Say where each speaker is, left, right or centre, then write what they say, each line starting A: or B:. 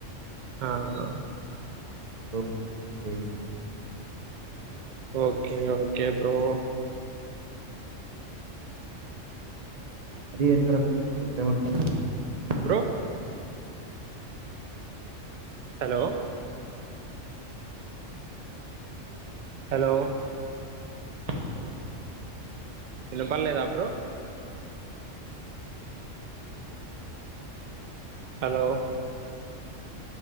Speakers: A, on the right (about 85°); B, on the right (about 35°).
A: అవునవును
B: <unintelligible>
A: ఓకే ఓకే బ్రో
B: అది చేస్తారా బ్రో <unintelligible>
A: బ్రో హలో హలో
B: హో
A: వినపడలేదా bro hello